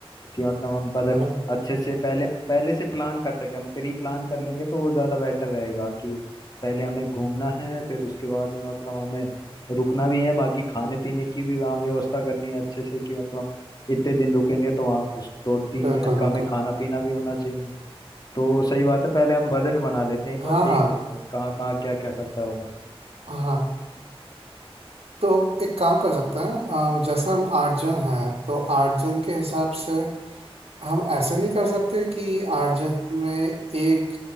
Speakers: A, on the left (about 40°); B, on the right (about 80°).
A: कि मतलब हम बजट
B: है ना
A: अच्छे से पहले पहले से प्लान कर सके हम प्री प्लान कर लेंगे तो वो ज़्यादा बेटर रहेगा कि पहले हमें घूमना है फिर उसके बाद में मतलब हमें रुकना भी है बाकी खाने पीने की भी वहाँ व्यवस्था करनी है अच्छे से कि मतलब इतने दिन रुकेंगे तो वहाँ उस दो तीन
B: बिल्कुल
A: टाइम का
B: बिल्कुल
A: हमें खाना पीना भी होना चाहिए तो सही बात है पहले हम बजट बना लेते हैं एक
B: हाँ
A: बार देख
B: हाँ
A: लेते हैं कहाँ कहाँ क्या क्या खर्चा होगा
B: हाँ तो एक काम कर सकते हैं अम, जैसे हम आठ जन हैं तो आठ जन के हिसाब से हम ऐसे नहीं कर सकते कि आठ जन में एक